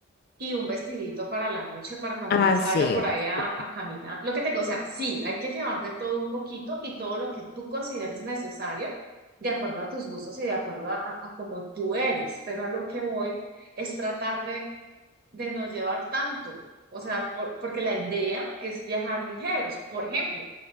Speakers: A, on the right (about 45°); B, on the left (about 50°).
A: y un vestidito para la noche, para cuando
B: Ah,
A: uno salga
B: sí,
A: por
B: obviamente.
A: ahí a, a caminar. Lo que tengo, o sea, sí, hay que llevar de todo un poquito y todo lo que tú consideres necesario, de acuerdo a tus gustos y de acuerdo a, a cómo tú eres, pero a lo que voy es tratar de, de no llevar tanto, o sea, por- porque la idea es viajar ligeros. Por ejemplo,